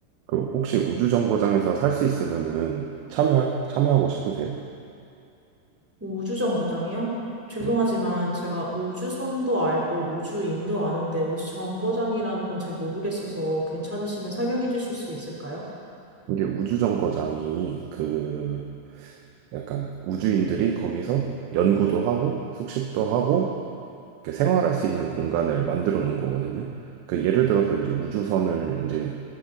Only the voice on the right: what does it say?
그 혹시 우주정거장에서 살 수 있으면은 참여할 참여하고 싶으세요?
네.
이게 우주정거장이 그 약간 우주인들이 거기서 연구도 하고 숙식도 하고 이렇게 생활할 수 있는 공간을 만들어 놓은 거거든요. 그 예를 들어서 이제 우주선을 이제